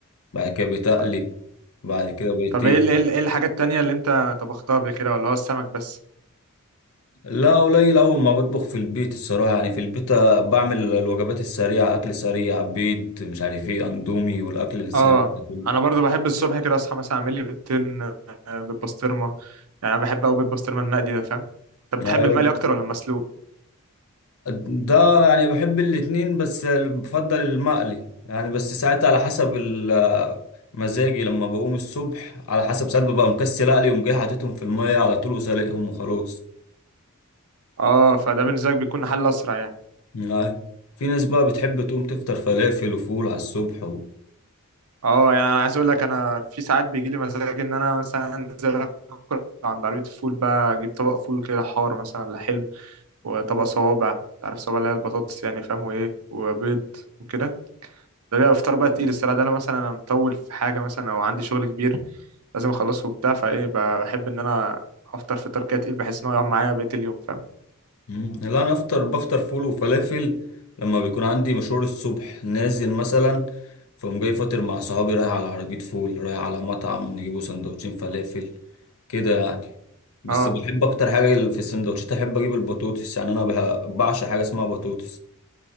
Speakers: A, on the left; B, on the right.
A: بعد كده بتقلي
B: طب,
A: بعد كده بقيت
B: طب
A: إيه؟
B: ايه ال- ايه ال- ايه الحاجات التانية اللي انت طبختها قبل كده ولا هو السمك بس
A: لا قليل أول ما بطبخ في البيت الصراحة يعني في البيت بعمل الوجبات السريعة أكل سريع بيض مش عارف إيه أندومي والأكل السريع
B: اه
A: ده كله
B: انا برضو بحب الصبح كده اصحى مثلا اعمل لي بيضتين آه، بالبسطرمه يعني انا بحب قوي بيض بسطرمه المقلي ده فاهم انت بتحب
A: أيوة
B: المقلي اكتر ولا المسلوق
A: ده يعني بحب الاتنين بس بفضل المقلي يعني بس ساعات على حسب ال- مزاجي لما بقوم الصبح على حسب ساعات ببقى مكسل أقلي وقوم جاي حاططهم في المية على طول وسلقهم وخلاص
B: اه فده بالنسبه لك بيكون حل اسرع يعني
A: يعني في ناس بقى بتحب تقوم تفطر فلافل وفول على الصبح و...
B: اه يعني انا عايز اقول لك انا في ساعات بيجي لي مزاج ان انا مثلا انزل اكل عند عربيه الفول بقى اجيب طبق فول كده حار مثلا ولا حلو وطبق صوابع انت عارف صوابع اللي هي البطاطس يعني فاهم وايه وبيض وكده ده بيبقى فطار بقى تقيل الصراحة ده انا مثلا انا مطول في حاجة مثلا او عندي شغل كبير لازم اخلصه وبتاع فايه ب- بحب ان انا افطر فطار كده تقيل بحيث ان هو يقعد معايا بقية اليوم فاهم
A: مم. لا انا افطر بفطر فول وفلافل لما بيكون عندي مشوار الصبح نازل مثلا فقوم جاي فاطر مع صحابي رايح على عربية فول رايح على مطعم نجيبه سندوتشين فلافل كده يعني بس
B: اه
A: بحب اكتر حاجة ال- في السندوتشات احب اجيب البطوطس يعني انا بها- بعشق حاجة اسمها بطوطس